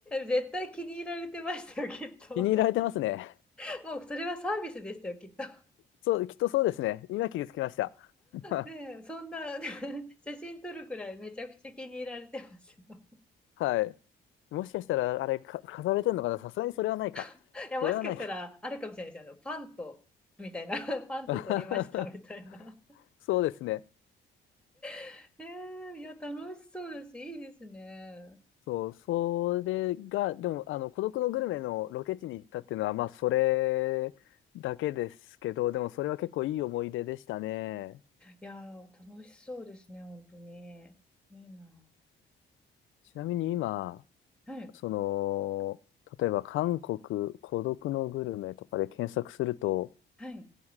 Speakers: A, in the centre; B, on the left.
A: 絶対気に入られてましたよ、きっと。
B: 気に入られてますね。
A: <laughs> もうそれはサービスでしたよ、きっと。
B: <laughs> そう、きっとそうですね。今気がつきました。<laughs>
A: ねえ、そんな <laughs> 写真撮るくらいめちゃくちゃ気に入られてますよ。
B: はい。もしかしたら、あれ、か、飾られてんのかなさすがにそれはないか。
A: <laughs> いや、
B: それはないか。
A: もしかしたらあるかもしれないですよ。あの、パンと、みたいな、<laughs> パンと撮りましたみたいな。
B: <laughs> そうですね。
A: <laughs> ねえーいや、楽しそうだし、いいですね。
B: そう、それが、でも、あの、孤独のグルメのロケ地に行ったっていうのは、まあ、それだけですけど、でも、それは結構いい思い出でしたね。
A: いやー、楽しそうですね、本当に。いいな。
B: ちなみに今、
A: はい、
B: その、例えば、韓国孤独のグルメとかで検索すると、
A: はい。